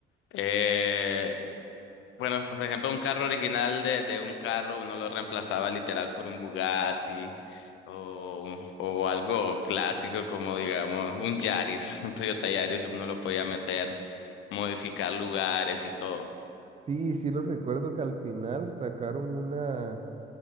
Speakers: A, on the left; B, on the right.
A: eh, bueno, por ejemplo, un carro original de, de un carro, uno lo reemplazaba literal por un Bugatti o, o algo clásico como, digamos, un Yaris, <laughs> un Toyota Yaris, uno lo podía meter, modificar lugares y todo.
B: Sí, sí lo recuerdo que al final sacaron una,